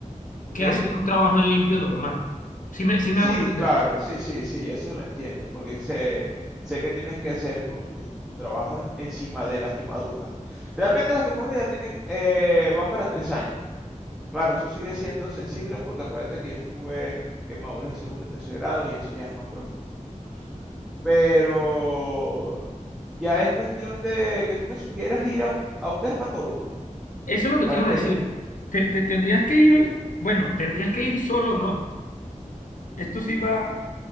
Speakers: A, in the centre; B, on the left (about 85°).
A: ¿Ok?
B: que hacer un trabajo en limpio normal. Si me, sí
A: Sí,
B: me hago entender.
A: claro, sí, sí, sí, eso lo entiendo, porque sé, sé que tienes que hacer tu, tu, tu trabajo en- encima de las quemaduras. Realmente las quemaduras ya tienen, eh, van para tres años. Claro, eso sigue siendo sensible porque acuérdate que yo estuve quemaduras en segundo y tercer grado y eso ya es más profundo. Pero ya es cuestión de que tú me sugieras ir a un, a un dermatólogo.
B: Eso es lo que
A: ¿Para
B: te iba
A: que
B: a decir.
A: yo?
B: Te, te tendrías que ir, al- bueno, tendrías que ir solo, no. Esto sí va